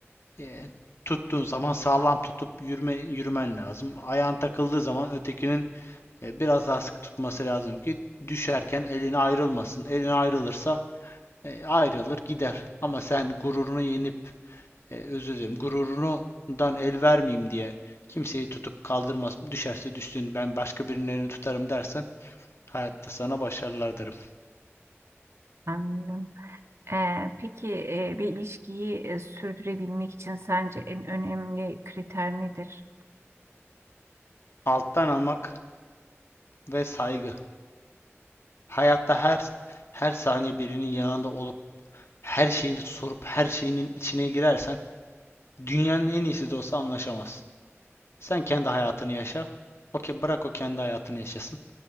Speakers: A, on the left (about 60°); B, on the right (about 65°).
A: e, tuttuğun zaman sağlam tutup yürüme, yürümen lazım. Ayağın takıldığı zaman ötekinin e, biraz daha sıkı tutması lazım ki düşerken eline ayrılmasın. Eline ayrılırsa e, ayrılır gider. Ama sen gururunu yenip e, özür dilerim gururundan el vermeyeyim diye kimseyi tutup kaldırmaz. Düşerse düşsün ben başka birinin elini tutarım dersen hayatta sana başarılar derim.
B: Anladım. E, peki e, bir ilişkiyi e, sürdürebilmek için sence en önemli kriter nedir?
A: Alttan almak ve saygı. Hayatta her her saniye birinin yanında olup her şeyini sorup her şeyinin içine girersen dünyanın en iyisi de olsa anlaşamazsın. Sen kendi hayatını yaşa. Okey bırak o kendi hayatını yaşasın.